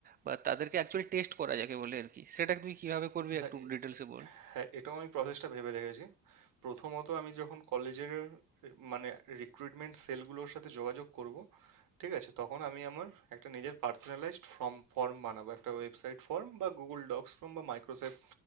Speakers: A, on the right; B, on the right.
A: বা তাদেরকে অ্যাকচুয়ালি টেস্ট করা যাকে বলে আর কি সেটা তুই কিভাবে করবি
B: না,
A: একটু ডিটেলসে বল
B: হ্যাঁ, এটাও আমি প্রসেসটা ভেবে রেখেছি। প্রথমত আমি যখন কলেজের মানে রিক্রুটমেন্ট সেলগুলোর সাথে যোগাযোগ করব, ঠিক আছে? তখন আমি আমার একটা নিজের পার্সোনালাইজড ফর্ম ফর্ম বানাবো। একটা ওয়েবসাইট ফর্ম বা Google Docs ফর্ম বা Microsoft